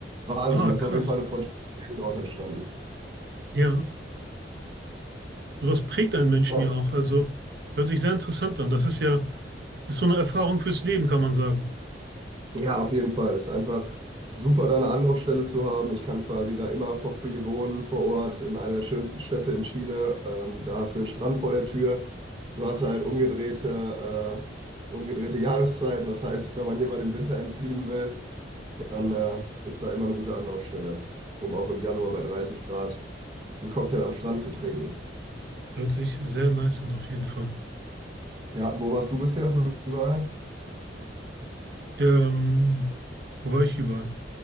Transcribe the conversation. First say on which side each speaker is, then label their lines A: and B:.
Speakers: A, on the right (about 25°); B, on the right (about 60°).
A: Wahnsinn,
B: Ah,
A: das
B: krass.
A: ist auf jeden Fall eine Freundschaft daraus entstanden.
B: Ja. Sowas prägt einen Menschen
A: Ja,
B: ja auch. Also hört sich sehr interessant an. Das ist ja, das ist so eine Erfahrung fürs Leben, kann man sagen.
A: Ja, auf jeden Fall. Es ist einfach super, da eine Anlaufstelle zu haben. Ich kann quasi da immer for free wohnen vor Ort in einer der schönsten Städte in Chile. Ähm, da hast du den Strand vor der Tür. Du hast halt umgedrehte, äh, umgedrehte Jahreszeiten. Das heißt, wenn man hier mal dem Winter entfliehen will, dann äh, ist da immer eine gute Anlaufstelle, um auch im Januar bei 30 Grad einen Cocktail am Strand zu trinken.
B: Hört sich sehr nice an, auf jeden Fall.
A: Ja, wo warst du bisher so überall?
B: Ähm, wo war ich überall?